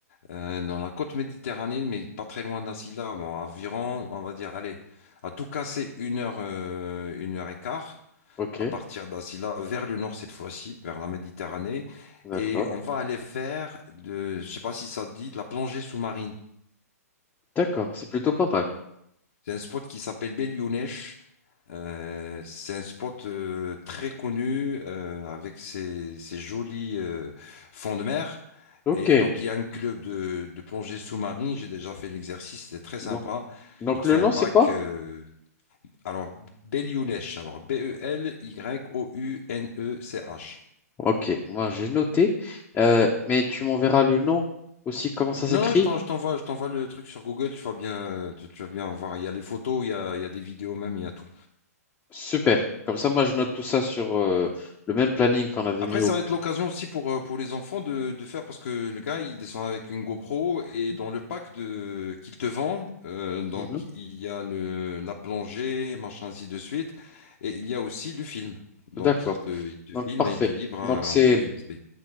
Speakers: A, on the left; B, on the left.
A: Euh, dans la côte méditerranéenne, mais pas très loin d'Asila, bon, environ, on va dire, allez, à tout casser une heure, euh, une heure et quart
B: Ok,
A: à partir d'Asila vers le nord cette fois-ci, vers la Méditerranée,
B: d'accord.
A: et on va aller faire de, je sais pas si ça te dit, de la plongée sous-marine.
B: D'accord, c'est plutôt pas mal.
A: C'est un spot qui s'appelle Belyounesh. Euh, c'est un spot euh, très connu euh, avec ses, ses jolis euh, fonds de mer.
B: Ok,
A: Et donc, il y a un club de, de plongée sous-marine. J'ai déjà fait l'exercice, c'était très sympa.
B: donc, donc
A: Il te
B: le
A: fait un
B: nom,
A: pack.
B: c'est quoi?
A: euh, alors, Belyounesh. Alors, B-E-L-Y-O-U-N-E-C-H.
B: Ok, moi j'ai noté, Euh, mais tu m'enverras le nom aussi, comment ça s'écrit?
A: Non, non, je t'en- je t'envoie, je t'envoie le truc sur Google. Tu vas bien, euh, tu, tu vas bien voir. Il y a les photos, il y a, il y a des vidéos même, il y a tout.
B: Super. Comme ça, moi je note tout ça sur euh, le même planning qu'on avait
A: Après,
B: mis
A: ça
B: au.
A: va être l'occasion aussi pour, euh, pour les enfants de, de faire, parce que le gars, il descend avec une GoPro et dans le pack de, qu'il te vend, euh, donc
B: Mhm.
A: il y a le, la plongée, machin, ainsi de suite, et il y a aussi le film. Donc
B: D'accord,
A: il te, il te
B: donc
A: filme
B: parfait.
A: et il te livre un-
B: Donc c'est
A: en clé USB.